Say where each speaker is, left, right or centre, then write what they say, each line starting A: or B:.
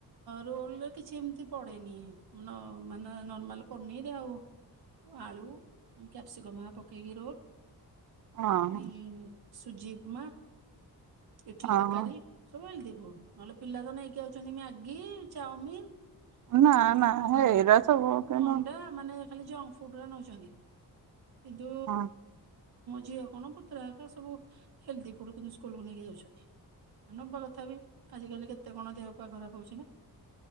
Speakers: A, on the right; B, on the right.
A: ରୋଲରେ କିଛି ଏମତି ପଡେନି ମାନେ ନର୍ମାଲ ପନିର ଆଉ ଆଳୁ କ୍ୟାପସିକମ ହେରା ପକେଇକି ରୋଲ।
B: ହଁ
A: ହୁଁ। ସୁଜି ଉପମା। ଇଟଲି
B: ହଁ
A: ତକାରୀ ସବୁ ହେଲଦି। ହୁ ନହେଲେ ପିଲା ତ ନେଇକି ଯାଉଛନ୍ତି ମ୍ୟାଗି ଚାଓମିିନ।
B: ନା
A: ହଁ
B: ନା ହେଇରା ସବୁ କେନ
A: ଅଣ୍ଡା ମାନେ। ଖାଲି ଜଙ୍କ ଫୁଡରା ନେଉଛନ୍ତି। ଦ
B: ହଁ
A: ଝିଅ କଣ ପୁତୁରା ଏକ ସବୁ ହେଲଦି ଫୁଡ କିନ୍ତୁ ସ୍କୁଲକୁୁ ନେଇକି ଯାଉଛନ୍ତି। ନବା କଥା ବି ଆଜିକାଲି କେତେ? ଏତେ କଣ ଦେହ ପା ଖରାପ ହଉଛି ନା।